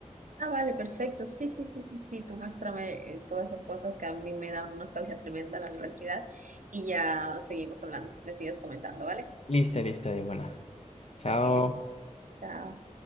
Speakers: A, on the right; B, on the left.
A: Ah, vale, perfecto. Sí, sí, sí, sí, sí. Tú muéstrame eh, todas esas cosas que a mí me dan una nostalgia tremenda a la universidad y ya seguimos hablando. Me sigues comentando, ¿vale?
B: Listo, listo, de buena. Chao.
A: Ok, ya está. Chao.